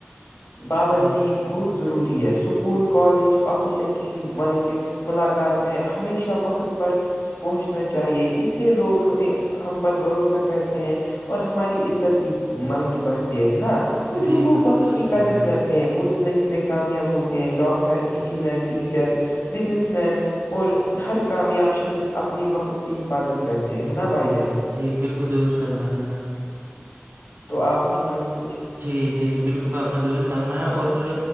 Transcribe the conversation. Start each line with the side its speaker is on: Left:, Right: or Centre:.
Left: بابندی
Right: جی
Left: بہت ضروری ہے اسکول کالج آفس یا کسی ملک ملاقات میں ہمیشہ وقت پر پہنچنا چاہیے اس سے لوگ ہمیں ہم پر بھروسہ کرتے ہیں اور ہماری عزت بھی مطلب کی بات یہ ہے نا تو جو
Right: جی
Left: لوگ
Right: بالکل
Left: وقت
Right: درست
Left: کی
Right: فرمایا
Left: قدر کرتے ہیں وہ زندگی میں کامیاب ہوتے ہیں doctor engineer teacher businessman اور ہر کامیاب شخص اپنے وقت کی حفاظت کرتے ہیں نا بھائی جان
Right: جی بالکل درست فرمایا
Left: تو آپ فرمائیے کچھ
Right: جی جی بالکل آپ نے دور فرمایا اور پھر